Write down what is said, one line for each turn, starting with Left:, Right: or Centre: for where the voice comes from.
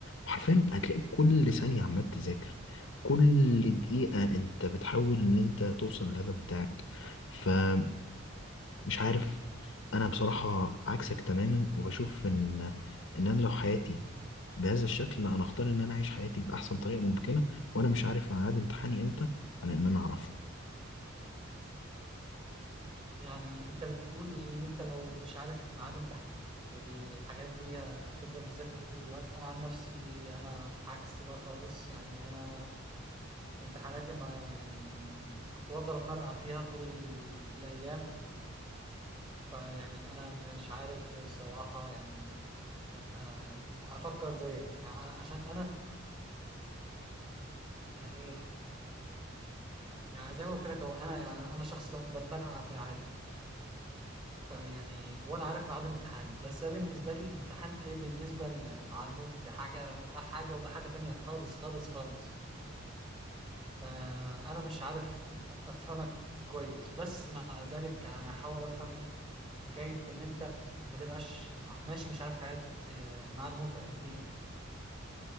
Left: وحرفيا هتلاقيك كل ثانية عمال تذاكر كل دقيقة انت بتحاول ان انت توصل للهدف بتاعك فمش عارف انا بصراحة عكسك تماما وبشوف ان ان انا لو حياتي بهذا الشكل لا، انا اختار ان انا اعيش حياتي باحسن طريقة ممكنة وانا مش عارف ميعاد امتحاني امتى على ان انا اعرفه
Right: يعني انت بتقول ان انت لو مش عارف ميعاد امتحان والحاجات دي هتفضل تذاكر طول الوقت انا عن نفسي انا عكس ده خالص يعني انا امتحاناتي ما يعني كنت بفضل اتمرقع فيها طول ال- الايام فيعني انا مش عارف الصراحه يعني ابقى افكر زيك يعني أنا عشان انا انا ايه يعني زي ما قلت لك اهو انا يعني انا شخص ب- بتمرقع في العادي فيعني وانا عارف ميعاد الامتحان بس ده بالنسبه لي امتحان ايه بالنسبه لميعاد موت ده حاجه ده حاجه وده حاجه تانية خالص خالص خالص فانا مش عارف افهمك كويس بس مع ذلك انا هحاول افهم حكايه ان انت ما تبقاش ماشي مش عارف حياه آه، ميعاد موتك دي امتى